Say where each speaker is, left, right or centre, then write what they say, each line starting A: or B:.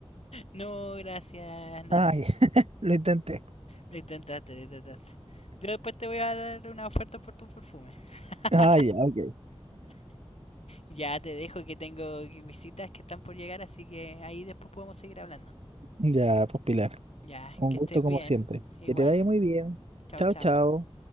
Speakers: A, on the left; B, on the right.
A: No, gracias, Nancy.
B: Ah, ya, <laughs> lo intenté.
A: Lo intentaste, lo intentaste. Yo después te voy a dar una oferta por tu perfume. <laughs>
B: Ah, ya, ok.
A: Ya te dejo que tengo visitas que están por llegar, así que ahí después podemos seguir hablando.
B: Ya, pues Pilar,
A: Ya,
B: un
A: que
B: gusto
A: estés
B: como
A: bien.
B: siempre.
A: Igual.
B: Que te vaya muy bien.
A: Chao,
B: Chao,
A: chao.
B: chao.